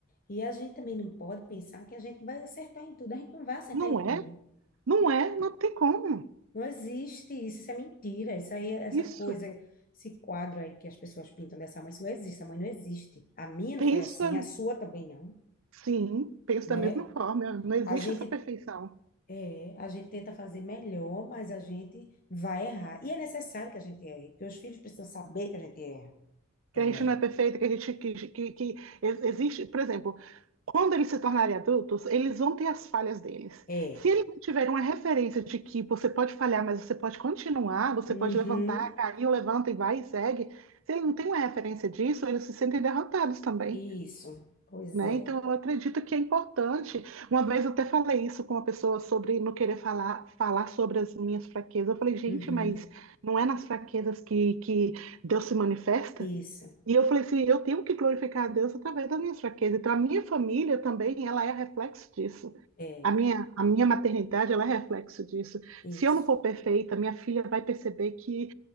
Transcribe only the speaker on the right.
Não
é?
Não é? Não tem como.
Isso.
Pensa,
sim, pensa
da mesma forma. Não existe
essa perfeição.
Que a gente não é perfeito, que a gente que, que, que ex- existe, por exemplo, quando eles se tornarem adultos, eles vão ter as falhas deles.
Se eles não tiverem uma referência de que você pode falhar, mas você pode continuar, você
pode levantar, caiu, levanta e vai e segue. Se eles não têm uma referência disso, eles se sentem derrotados também.
né?
Então, eu acredito que é importante. Uma vez eu até falei isso com uma pessoa sobre não querer falar, falar sobre as minhas fraquezas. Eu falei, gente,
mas não é nas fraquezas que, que Deus se manifesta?
E eu falei assim, eu tenho que glorificar a Deus através das minhas fraquezas. Então, a minha família também, ela é reflexo disso.
A minha, a minha maternidade, ela é reflexo disso.
Se eu não for perfeita, minha filha vai perceber que